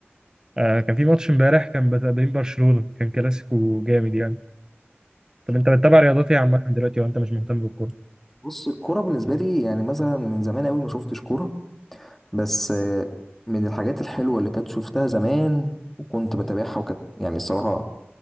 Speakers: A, on the right (about 15°); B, in the centre.
A: آه كان في ماتش امبارح كان بتاع بين برشلونة كان كلاسيكو جامد يعني طب انت بتتابع رياضات ايه عامة دلوقتي وانت مش مهتم بالكورة
B: بص الكوره بالنسبه لي يعني مثلا من زمان قوي ما شفتش كوره بس آه، من الحاجات الحلوه اللي كانت شفتها زمان وكنت بتابعها وكانت يعني الصراحه